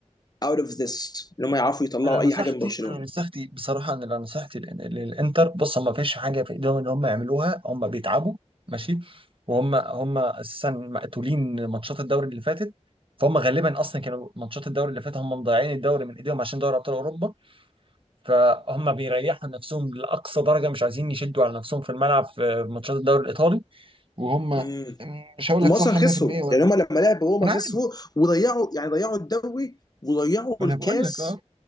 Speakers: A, on the left; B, on the right.
A: اوت اوف ذس ان هم يعرفوا يطلعوا
B: انا نصيحتي
A: اي حاجه من برشلونه
B: انا نصيحتي بصراحه ان انا نصيحتي لل- للانتر بص ما فيش حاجه في ايدهم ان هم يعملوها هم بيتعبوا ماشي وهم هم اساسا مقتولين ماتشات الدوري اللي فاتت فهم غالبا اصلا كانوا ماتشات الدوري اللي فاتت هم مضيعين الدوري من ايديهم عشان دوري ابطال اوروبا فهم بيريحوا نفسهم لأقصى درجة مش عايزين يشدوا على نفسهم في الملعب في ماتشات الدوري الإيطالي وهم
A: امم
B: مش هقول
A: هم
B: لك
A: اصلا
B: صح
A: خسروا
B: 100% ولا
A: يعني هم لما لعبوا روما
B: ما انا
A: خسروا
B: عارف
A: وضيعوا يعني ضيعوا الدوري وضيعوا
B: ما انا
A: الكاس
B: بقول لك اه